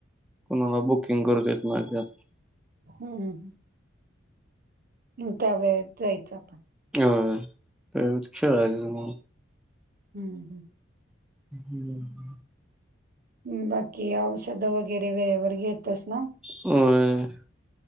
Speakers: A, in the centre; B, on the right (about 50°).
A: कुणाला बुकिंग करून देत लागत <unintelligible>
B: हम्म हम् ह् हम् त्या वेळेत जायचं आपण
A: हो तेव खेळायच मग
B: हम्म हम्म
A: हम् ह <unintelligible>
B: ह् बाकी औषध वगैरे वेळेवर घेतेस ना?
A: होय